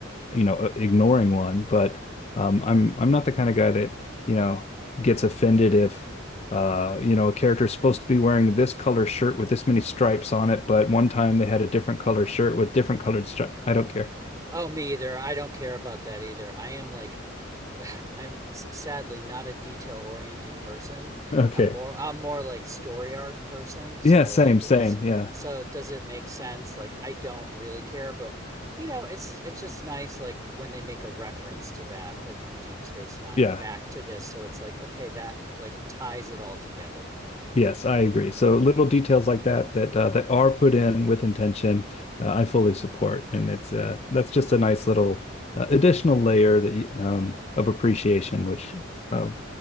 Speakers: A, on the left (about 30°); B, on the right (about 20°).
A: you know uh, ignoring one but um, i'm i'm not the kind of guy that you know gets offended if uh, you know a character is supposed to be wearing this color shirt with this many stripes on it but one time they had a different color shirt with different colored stripes i don't care
B: Oh, me either. I don't care about that either. I am like, <laughs> I'm sadly not a detail oriented person.
A: <laughs> okay
B: I'm more, I'm more like story arc person. So
A: yeah same
B: like, is
A: same yeah
B: so does it make sense? Like, I don't really care, but you know, it's it's just nice like when they make a reference to that, like from Deep Space Nine
A: yeah
B: back to this. So it's like, okay, that like ties it all together.
A: Yes, I agree. So little details like that that uh, that are put in with intention, uh, I fully support, and it's uh, that's just a nice little uh, additional layer that you- um, of appreciation, which uh,